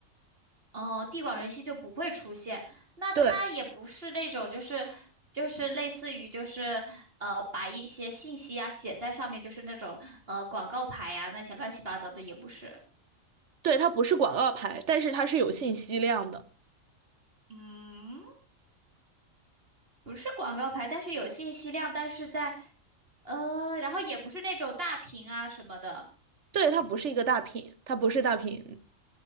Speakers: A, on the right; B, on the right.
A: 哦，地广人稀就不会出现。那它也不是那种就是就是类似于就是呃把一些信息啊写在上面，
B: 对，
A: 就是那种呃广告牌呀那些乱七八糟的也不是。
B: 对，它不是广告牌，但是它是有信息量的。
A: 嗯，不是广告牌，但是有信息量，但是在呃，然后也不是那种大屏啊什么的。
B: 对，它不是一个大屏，它不是大屏，